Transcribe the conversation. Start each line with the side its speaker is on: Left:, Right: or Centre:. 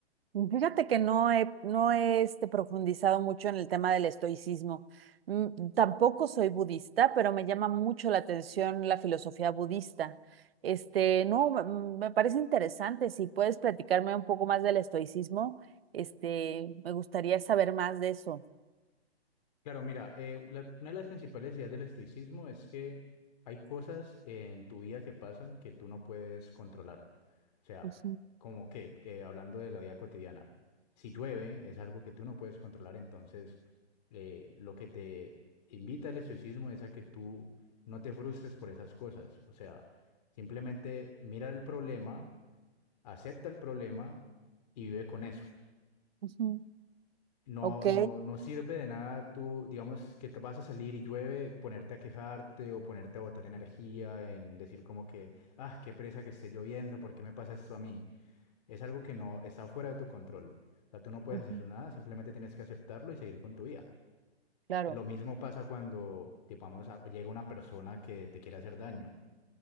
Right: Fíjate que no he, no he este, profundizado mucho en el tema del estoicismo. Mm, Tampoco soy budista, pero me llama mucho la atención la filosofía budista. Este, no, me mm, me parece interesante. Si puedes platicarme un poco más del estoicismo, este, me gustaría saber más de eso.
Left: Claro, mira, eh, la- una de las principales ideas del estoicismo es que hay cosas eh, en tu vida que pasan que tú no puedes controlar. O sea,
Right: Ujú,
Left: como que, que hablando de la vida cotidiana, si llueve es algo que tú no puedes controlar, entonces eh, lo que te invita el estoicismo es a que tú no te frustres por esas cosas. O sea, simplemente mira el problema, acepta el problema y vive con eso.
Right: ujú.
Left: No,
Right: Ok.
Left: no, no sirve de nada tú, digamos, que te vas a salir y llueve, ponerte a quejarte o ponerte a botar energía en decir como que, ah, qué presa que esté lloviendo, ¿por qué me pasa esto a mí? Es algo que no está fuera de tu control. O sea, tú no puedes
Right: ujú,
Left: hacer nada, simplemente tienes que aceptarlo y seguir con tu vida.
Right: Claro.
Left: Eh, Lo mismo pasa cuando, digamos, a- llega una persona que te quiere hacer daño.